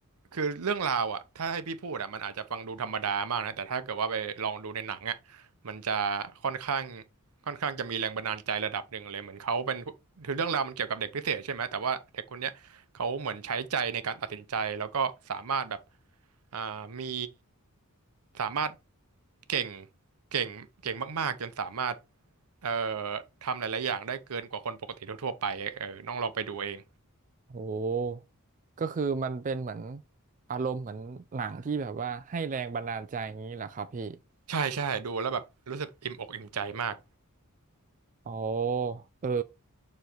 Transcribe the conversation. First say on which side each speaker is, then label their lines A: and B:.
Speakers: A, on the right; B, on the right.
A: คือเรื่องราวอ่ะถ้าให้พี่พูดอ่ะมันอาจจะฟังดูธรรมดามากนะแต่ถ้าเกิดว่าไปลองดูในหนังอ่ะมันจะค่อนข้างค่อนข้างจะมีแรงบันดาลใจระดับหนึ่งเลยเหมือนเขาเป็นคือเรื่องราวมันเกี่ยวกับเด็กพิเศษใช่ไหมแต่ว่าเด็กคนเนี้ยเขาเหมือนใช้ใจในการตัดสินใจแล้วก็สามารถแบบอ่ามีสามารถเก่งเก่งเก่งมากๆจนสามารถเอ่อทำหลายๆอย่างได้เกินกว่าคนปกติทั่วๆไปเออต้องลองไปดูเอง
B: โหก็คือมันเป็นเหมือนอารมณ์เหมือนหนังที่แบบว่าให้แรงบันดาลใจอย่างนี้แหละครับพี่
A: ใช่ใช่ดูแล้วแบบรู้สึกอิ่มอกอิ่มใจมาก
B: โอ้เออ